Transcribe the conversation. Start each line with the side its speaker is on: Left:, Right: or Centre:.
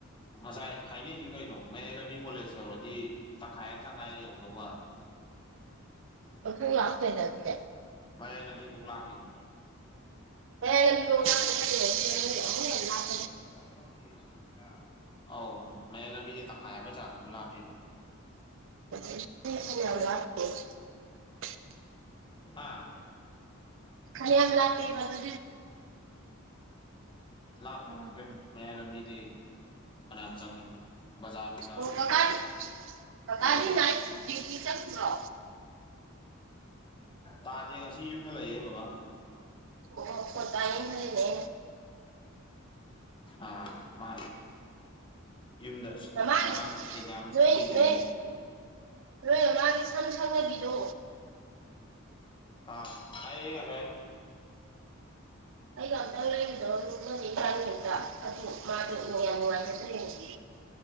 Left: ꯉꯁꯥꯏ ꯍꯥꯏꯅꯩꯅꯤ ꯀꯩꯅꯣ ꯃꯌꯥꯏ ꯂꯝꯕꯤ ꯀꯣꯂꯦꯖ ꯌꯧꯔꯗꯤ ꯇꯈꯥꯏ ꯈꯥꯏꯔꯦ ꯌꯧꯗꯧꯕ
Right: ꯑꯣꯈ ꯂꯥꯁꯐꯦꯗꯦ ꯗꯦ
Left: ꯃꯌꯥꯏ ꯂꯝꯕꯤꯕꯨ ꯂꯥꯄꯤꯅꯦ
Right: <inaudible> <inaudible>
Left: ꯑ ꯃꯃꯥꯡ ꯆꯍꯤ ꯑ ꯑꯧ ꯃꯌꯥꯏ ꯂꯝꯕꯤꯒꯤ ꯇꯪꯈꯥꯏ ꯑꯃ ꯆꯥꯡ ꯂꯥꯄꯤꯕꯣ
Right: <inaudible>
Left: ꯑꯥ
Right: ꯈꯜ ꯌꯥꯝ ꯂꯥꯛꯇꯗ ꯑꯗꯨ
Left: ꯂꯥꯛꯄꯦ ꯂꯥꯛꯄꯦ ꯃ ꯂꯕꯤꯖꯩ ꯐꯅꯦ ꯆꯅꯤ ꯖꯔ ꯖ
Right: ꯑꯣ ꯀꯀꯥꯗꯤ ꯀꯀꯥꯗꯤ
Left: ꯍꯂ
Right: ꯅꯥꯏꯠ ꯗ꯭ꯌꯨꯇꯤ ꯆꯠꯄ꯭ꯔꯣ
Left: ꯇꯥꯗꯦ ꯉꯁꯤ ꯌꯨꯝꯗ ꯂꯩꯌꯦꯀ
Right: ꯑꯣꯄ ꯇꯏꯅꯔꯤꯅꯦ
Left: ꯑꯥ ꯃꯥ ꯌꯨꯝꯗꯁ
Right: ꯃꯃꯥꯒꯤ
Left: ꯍꯥꯡ ꯑꯦꯖꯝ
Right: ꯅꯣꯏ
Left: ꯀꯣꯏꯗꯅ
Right: ꯅꯣꯏ ꯅꯣꯏ ꯃꯃꯥꯒꯤ ꯁꯝ ꯁꯪꯅꯕꯤꯗꯣ
Left: ꯑꯥ ꯍꯥꯏ <unintelligible>
Right: ꯑꯩꯒ ꯑꯝꯇ ꯂꯩꯕꯗꯣ ꯑꯗꯨꯅꯗꯤ ꯈꯝꯇ ꯑꯗꯨ ꯃꯥꯗꯨꯅꯨꯡ ꯌꯥꯝ ꯅꯨꯡꯉꯥꯏꯖꯗ꯭ꯔꯦꯅꯦ <inaudible>